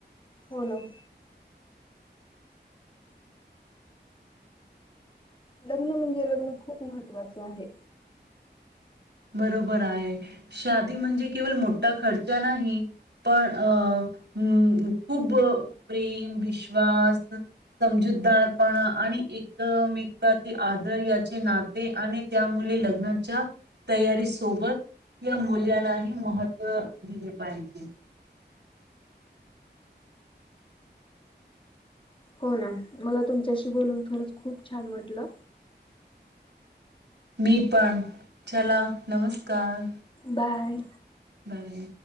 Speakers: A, on the left; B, on the right.
A: हो ना. लग्न म्हणजे लग्न खूप महत्त्वाचं आहे.
B: बरोबर आहे शादी म्हणजे केवळ मोठा खर्चा नाही पण अ खूप प्रेम विश्वास समजूतदारपणा आणि एकमेकील आदर याचे नाते आणि त्या मुले लग्नाच्या तयारी सोबत या मुल्यांनाही महत्त्व दिले पाहिजे.
A: हो ना मला तुमच्याशी बोलून खरंच खूप छान वाटलं.
B: मी पण चला नमस्कार.
A: बाय.
B: नाही.